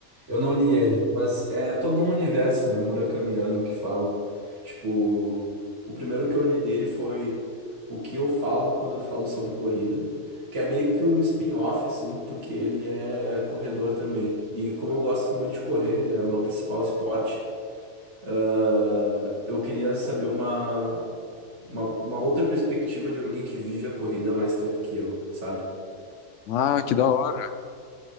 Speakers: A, on the right; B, on the left.
A: Eu não li ele, mas é todo um universo, né, murakamiano que falam. Tipo, o primeiro que eu li dele foi O que eu falo quando eu falo sobre corrida, que é meio que um spin-off, assim, porque ele é corredor também. E como eu gosto muito de correr, é o meu principal esporte, ah, eu queria saber uma, uma, uma outra perspectiva de alguém que vive a corrida há mais tempo que eu, sabe?
B: Ah, que da hora.